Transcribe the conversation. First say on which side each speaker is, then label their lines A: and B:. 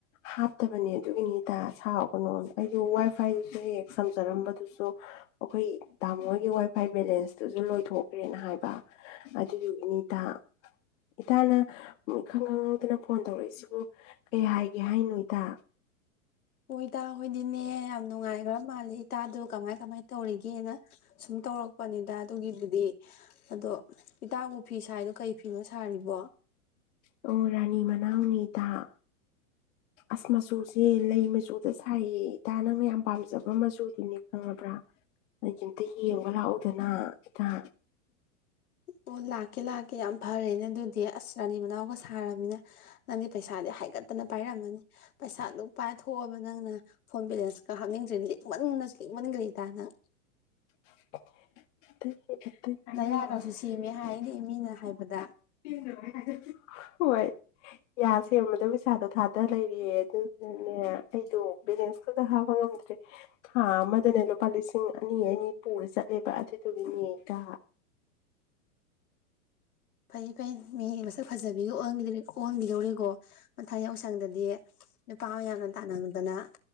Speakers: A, on the left; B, on the left.
A: ꯍꯥꯞꯇꯕꯅꯦ ꯑꯗꯨꯒꯤꯅꯤ ꯏꯇꯥ ꯁꯥꯎꯒꯅꯣ ꯑꯩꯁꯨ ꯋꯥꯏ ꯐꯥꯏꯁꯨꯅꯦ ꯁꯝ <unintelligible> ꯕꯗꯨꯁꯨ ꯑꯩꯈꯣꯏ ꯇꯥꯃꯣ ꯍꯣꯏꯒꯤ ꯋꯥꯏ ꯐꯥꯏ ꯕꯦꯂꯦꯟꯁꯇꯨꯁꯨ ꯂꯣꯏꯊꯣꯛꯈ꯭ꯔꯦꯅ ꯍꯥꯏꯕ ꯑꯗꯨꯒꯤꯅꯤ ꯏꯇꯥ꯫ ꯏꯇꯥꯅ ꯏꯈꯪ ꯈꯪꯍꯧꯗꯅ ꯐꯣꯟ ꯇꯧꯔꯛꯏꯁꯤꯕꯨ ꯀꯩ ꯍꯥꯏꯒꯦ ꯍꯥꯏꯅꯣ ꯏꯇꯥ꯫
B: ꯏꯇꯥ ꯍꯣꯏꯗꯤꯅꯦ ꯌꯥꯝ ꯅꯨꯡꯉꯥꯏꯒ꯭ꯔ ꯃꯥꯜꯂꯤ꯫ ꯏꯇꯥꯗꯣ ꯀꯃꯥꯏ ꯀꯃꯥꯏ ꯇꯧꯔꯤꯒꯦꯅ ꯁꯨꯝ ꯇꯧꯔꯛꯄꯅꯤꯗ ꯑꯗꯨꯒꯤꯕꯨꯗꯤ ꯑꯗꯣ ꯏꯇꯥꯕꯨ ꯐꯤ ꯁꯥꯥꯏꯗꯣ ꯀꯩ ꯐꯤꯅꯣ ꯁꯥꯔꯤꯕꯣ꯫
A: ꯑꯣ ꯔꯥꯅꯤ <unintelligible> ꯑꯁ ꯃꯆꯨꯁꯤ ꯂꯩ ꯃꯆꯨꯗ ꯁꯥꯏꯌꯦ ꯏꯇꯥ ꯅꯪꯅ ꯌꯥꯝ ꯄꯥꯝꯖꯕ ꯃꯆꯨ ꯅꯦ ꯈꯪꯉꯕ꯭ꯔꯥ <unintelligible> ꯑꯝꯇ ꯌꯦꯡꯕ ꯂꯥꯛꯎꯗꯅ꯫ ꯏꯇꯥ꯫
B: ꯑꯣ ꯂꯥꯛꯀꯦ ꯂꯥꯛꯀꯦ ꯌꯥꯝ ꯐꯔꯦꯅꯦ ꯑꯗꯨꯗꯤ ꯑꯁ ꯔꯥꯅꯤ ꯃꯅꯥꯎꯒ ꯁꯥꯔꯝꯃꯤꯅ ꯅꯪꯗꯤ ꯄꯩꯁꯥꯗꯤ ꯍꯥꯏꯒꯠꯇꯅ ꯄꯥꯏꯔꯝꯃꯅꯤ ꯄꯩꯁꯥꯗꯨꯛ ꯄꯥꯏꯊꯣꯛꯑꯕ ꯅꯪꯅ ꯐꯣꯟ ꯕꯦꯂꯦꯟꯁꯀ ꯍꯥꯞꯅꯤꯡꯗ꯭ꯔꯤ ꯂꯤꯛꯃꯟꯅꯁꯨ ꯂꯤꯛꯃꯟꯒ꯭ꯔꯦꯗ ꯏꯇꯥ ꯅꯪ꯫
A: <unintelligible> <unintelligible>
B: ꯅꯌꯥꯒꯁꯨ ꯁꯦꯝꯃꯦ ꯍꯥꯏꯅꯦ ꯃꯤꯅ ꯍꯥꯏꯕꯗ
A: ꯍꯣꯏ ꯌꯥ ꯁꯦꯝꯕꯗ ꯄꯩꯁꯥꯗꯣ ꯊꯥꯗ ꯂꯩꯔꯦ ꯑꯗꯨꯅꯅꯦ ꯑꯩꯗꯣ꯫ ꯕꯦꯂꯦꯟꯁꯀꯗ ꯍꯥꯄ ꯉꯝꯗ꯭ꯔꯦ꯫ ꯊꯥ ꯑꯃꯗꯅꯦ ꯂꯨꯄꯥ ꯂꯤꯁꯤꯡ ꯑꯅꯤ ꯑꯅꯤ꯫ ꯄꯨꯔ ꯆꯠꯂꯦꯕ ꯑꯗꯨꯗꯨꯒꯤꯅꯦꯗ
B: ꯐꯩ ꯐꯩ ꯃꯤ ꯃꯁꯛ ꯐꯖꯕꯤꯒ ꯑꯣꯟ ꯑꯣꯟꯒꯤꯗꯧꯔꯦꯀꯣ ꯃꯊꯪ ꯌꯥꯎꯁꯪꯗꯗꯤ ꯅꯨꯄꯥ ꯌꯥꯝꯅ ꯇꯥꯟꯅꯗꯅ